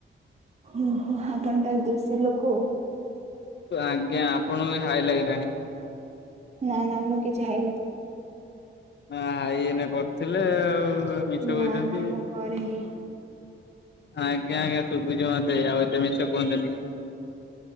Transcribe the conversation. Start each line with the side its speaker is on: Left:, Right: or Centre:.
Right: ଓହୋ ଆପଣ ତ ଦେଶୀ ଲୋକ।
Left: ତ ଆଜ୍ଞା ଆପଣଙ୍କୁ ବି ହାଇ ଲାଗିଲାଣି।
Right: ନା ନା ମୁଁ କିଛି ହାଇ ଲାଗିନି।
Left: ହ ହାଇ ଏନା କରୁଥିଲେ ଆଉ। ମିଛ
Right: ନା
Left: କହୁଛନ୍ତି।
Right: ନା ମୁଁ କରିନି।
Left: ଆଜ୍ଞା ଆଜ୍ଞା ଶୁବିଚି ମତେ ଆଉ ଏତେ ତେ ମିଛ କୁହନ୍ତୁନି।